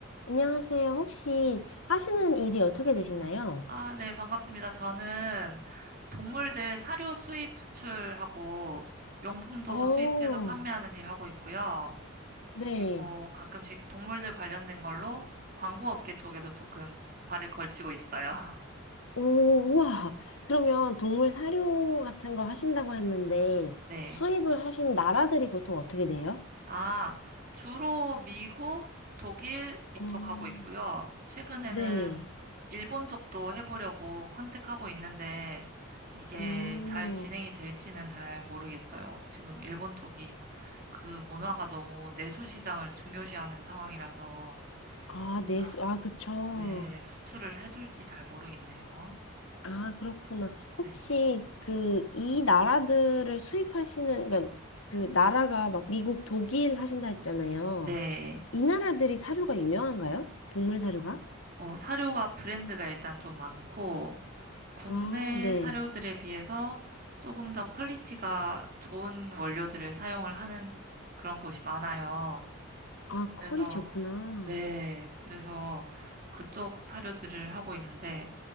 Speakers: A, on the left; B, on the right.
A: 안녕하세요. 혹시 하시는 일이 어떻게 되시나요?
B: 아, 네, 반갑습니다. 저는 동물들 사료 수입 수출하고 용품도
A: 어,
B: 수입해서 판매하는 일 하고 있고요.
A: 네.
B: 그리고 가끔씩 동물들 관련된 걸로 광고 업계 쪽에도 조금 발을 걸치고 있어요. <laughs>
A: 오, 우와. 그러면 동물 사료 같은 거 하신다고 했는데
B: 네.
A: 수입을 하신 나라들이 보통 어떻게 돼요?
B: 아, 주로 미국, 독일 이쪽
A: 어,
B: 하고 있고요. 최근에는
A: 네.
B: 일본 쪽도 해보려고 컨택하고 있는데 이게
A: 오,
B: 잘 진행이 될지는 잘 모르겠어요. 지금 일본 쪽이 그 문화가 너무 내수 시장을 중요시하는 상황이라서
A: 아, 내수,
B: 아,
A: 아, 그쵸.
B: 네, 수출을 해줄지 잘 모르겠네요.
A: 아, 그렇구나. 혹시
B: 네.
A: 그 이 나라들을 수입하시는, 그러니까 그 나라가 막 미국, 독일 하신다 했잖아요.
B: 네.
A: 이 나라들이 사료가 유명한가요? 동물 사료가?
B: 어, 사료가 브랜드가 일단 좀 많고 국내
A: 아, 네.
B: 사료들에 비해서 조금 더 퀄리티가 좋은 원료들을 사용을 하는 그런 곳이 많아요.
A: 아, 컬이
B: 그래서
A: 좋구나.
B: 네, 그래서 그쪽 사료들을 하고 있는데,